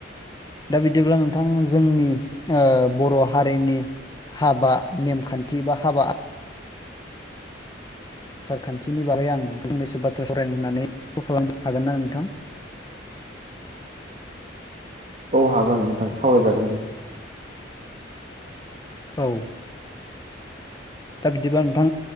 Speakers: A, on the left; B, on the right.
A: दा बिदिब्ला नोंथां जोंनि बर' हारिनि हाबा नेमखान्थि बा हाबा आसारखान्थिनि बागै आं फंनैसो बाथ्रा सावरायनो होननानै कल खालामनो हागोन ना नोंथां
B: औ हागोन नोंथां सावरायजागोन दे।
A: औ दा बिदिबा नोंथां